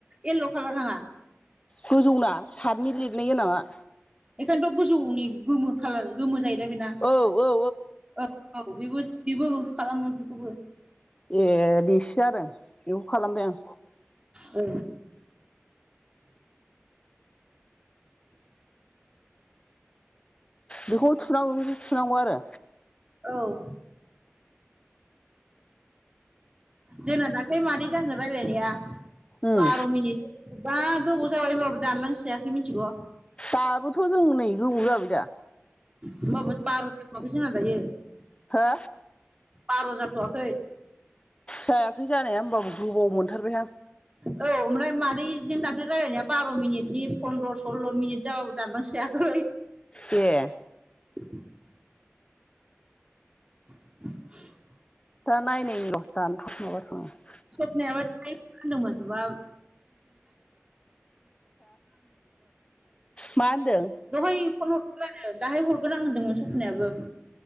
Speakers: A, on the right; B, on the left.
A: येल्ल' कलार नाङा?
B: गोजौना सारनै लिरनाय गोनांआ।
A: बेखायनोथ' गोजौनि गोमो खाालार गोमो जाह दा बेना
B: औ औ
A: औ औ बेबो बेबो खालामो बेखौबो।
B: ए बेसो जादों बेखौ खालामबाय आं।
A: औ।
B: बेखौ थुनांगौखौ थुनांगौ आरो?
A: औ। जोंना दाख्लि मादैजों आंजों रायलायनाया
B: उम
A: बार' मिनिट जा गोबाव जाबाय होनोमबाबो दानलांस्रायाखै मिथिगौ?
B: दाबोथ' जों नै गोबाव जाबाय दा।
A: होमबाबो बार' जाबावाखै जोंना दायो।
B: हो?
A: बार' जाथ'वाखै।
B: जायाखै जानाया होमबाबो गोबाव मोनथारबायहां।
A: औ ओमफ्राय मारै जों दाख्लै रायज्लायनाया बार' मिनिटनि पन्द्र' सल्ल' मिनिट जाबाबो‌ दानलांस्रायाखै।
B: ए।
A: <inaudible> <inaudible>
B: दा नायनायनि र' दानथ' <unintelligible>
A: सबनायाबो टाइम होनो मोनबा <unintelligible>
B: मा होनदों
A: <unintelligible> दहाय फैनायाव। दहाय फन हरदोंमोन आं दाहाय हरगोन आं होनदोंमोन सफ'नायाबो